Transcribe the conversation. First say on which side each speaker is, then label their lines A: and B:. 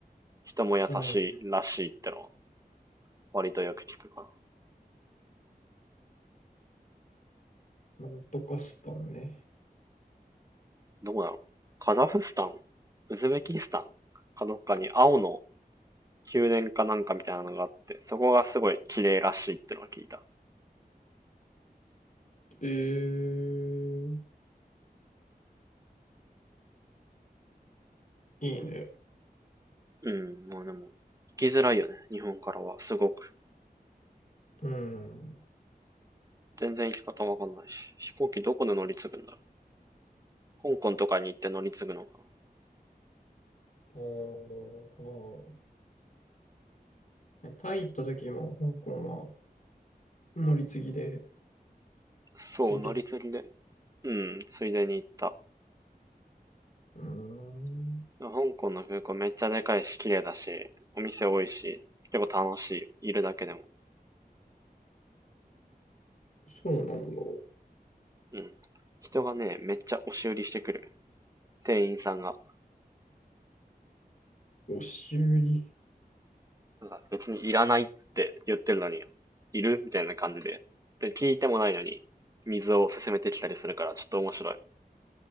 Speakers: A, on the right; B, on the left.
A: 人も優しいらしいってのは
B: うん。
A: 割とよく聞くかな。
B: なんとかスタンね。
A: どこだろう。カザフスタンウズベキスタンかどっかに青の宮殿かなんかみたいなのがあって、そこがすごい綺麗らしいってのは聞いた。
B: えー、いいね。
A: うん、まあでも、行きづらいよね、日本からは、すごく。
B: うん。
A: 全然行き方わかんないし。飛行機どこで乗り継ぐんだろう。香港とかに行って乗り継ぐのかな。
B: あーあなタイ行った時も香港は乗り継ぎで、
A: そう、
B: ついでに。
A: 乗り継ぎで。うん、ついでに行った。
B: うーん。
A: 香港の空港めっちゃでかいし、綺麗だし、お店多いし、結構楽しいいるだけでも。
B: そうなんだ。
A: うん。人がね、めっちゃ押し売りしてくる。店員さんが。
B: 押し売り。
A: なんか別にいらないって言ってるのに、いるみたいな感じで。で、聞いてもないのに、水を勧めてきたりするから、ちょっと面白い。